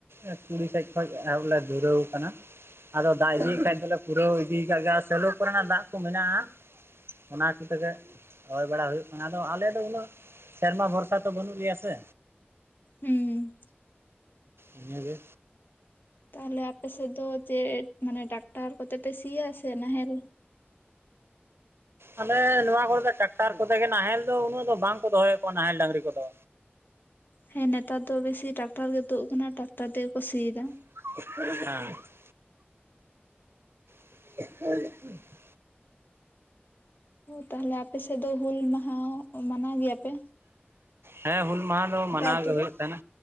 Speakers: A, on the right; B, on the left.
A: ᱮ ᱠᱩᱲᱤ ᱥᱮᱫ ᱠᱷᱚᱡ ᱮᱦᱚᱵᱞ ᱞᱮ ᱫᱷᱩᱨᱟᱹᱣ ᱟᱠᱟᱱᱟ ᱟᱫᱚ ᱫᱟᱜ ᱤᱫᱤᱭ
B: ᱚ
A: ᱠᱷᱟᱡ ᱫᱚᱞᱮ ᱯᱩᱨᱟᱹᱣ ᱤᱫᱤᱭ ᱟᱠᱟᱫ ᱜᱮ ᱟᱨ ᱥᱮᱞᱳ ᱠᱚᱨᱮᱱᱟᱜ ᱫᱟᱜ ᱠᱚ ᱢᱮᱱᱟᱜᱼᱟ᱾ ᱚᱱᱟ ᱠᱚᱛᱮᱜᱮ ᱨᱚᱭ ᱵᱟᱲᱟ ᱦᱩᱭᱩᱜ ᱠᱟᱱᱟ᱾ ᱟᱫᱚ ᱟᱞᱮ ᱫᱚ ᱩᱱᱟᱹᱜ ᱥᱮᱨᱢᱟ ᱵᱷᱚᱨᱥᱟ ᱛᱚ ᱵᱟᱹᱱᱩᱜ ᱞᱮᱭᱟ ᱥᱮ᱾
B: ᱦᱩᱸ᱾
A: ᱱᱤᱭᱟᱹ ᱜᱮ᱾
B: ᱛᱟᱦᱚᱞᱮ ᱟᱯᱮᱥᱮᱫ ᱫᱚ ᱪᱮᱫ ᱢᱟᱱᱮ ᱰᱟᱠᱴᱟᱨ ᱠᱚᱛᱮᱯᱮ ᱥᱤᱭᱟ ᱥᱮ ᱱᱟᱦᱮᱞ?
A: ᱟᱞᱮ ᱱᱚᱣᱟ ᱠᱚᱨᱮ ᱫᱚ ᱴᱨᱟᱠᱴᱟᱨ ᱠᱚᱛᱮ ᱜᱮ᱾ ᱱᱟᱦᱮᱞ ᱫᱚ ᱩᱱᱟᱹᱜ ᱫᱚ ᱵᱟᱝ ᱠᱚ ᱫᱚᱦᱚᱭᱟᱠᱚ ᱱᱟᱦᱮᱞ ᱰᱟᱝᱝᱨᱤ ᱠᱚᱫᱚ᱾
B: ᱦᱮ ᱱᱮᱛᱟᱨ ᱫᱚ ᱵᱮᱥᱤ ᱴᱟᱠᱴᱟᱨ ᱜᱮ ᱛᱩᱫ ᱟᱠᱟᱱᱟ, ᱴᱨᱟᱠᱴᱟᱨ ᱛᱮᱜᱮ ᱠᱚ ᱥᱭᱮᱫᱟ᱾
A: ᱦᱮᱸ᱾ <inaudible>
B: ᱳ ᱛᱟᱦᱚᱞᱮ ᱟᱯᱮᱥᱮᱫ ᱫᱚ ᱦᱩᱞ ᱢᱟᱦᱟ ᱢᱟᱱᱟᱣ ᱜᱮᱭᱟ ᱯᱮ᱾
A: ᱦᱮᱸ ᱦᱩᱞ ᱢᱟᱦᱟ ᱫᱚ ᱢᱟᱱᱟᱣ
B: ᱟᱛᱩ
A: ᱜᱮ
B: ᱨᱮ?
A: ᱦᱩᱭᱩᱜ ᱛᱟᱦᱮᱱᱟ,